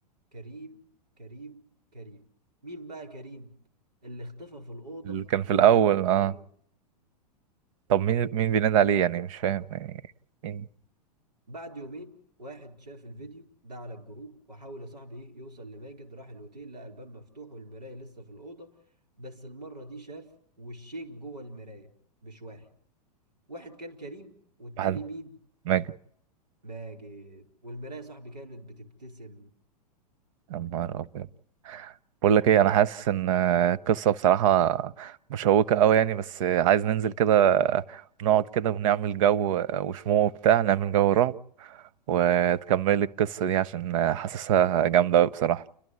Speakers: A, on the right; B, on the right.
A: كريم كريم كريم مين بقى كريم اللي اختفى في الأوضة
B: اللي كان
A: في
B: في
A: المرة
B: الأول
A: الأولانية
B: اه طب مين مين بينادي عليه يعني مش فاهم يعني مين
A: بعد يومين واحد شاف الفيديو ده على الجروب وحاول يا صاحبي ايه يوصل لماجد راح الأوتيل لقى الباب مفتوح والمراية لسه في الأوضة بس المرة دي شاف وشين جوه المراية مش واحد واحد كان كريم والتاني
B: محمد
A: مين
B: ماجد
A: ماجد والمراية يا صاحبي كانت بتبتسم
B: يا نهار أبيض بقول لك إيه أنا حاسس إن القصة بصراحة مشوقة أوي يعني بس عايز ننزل كده نقعد كده ونعمل جو وشموع وبتاع نعمل جو رعب وتكمل القصة دي عشان حاسسها جامدة أوي بصراحة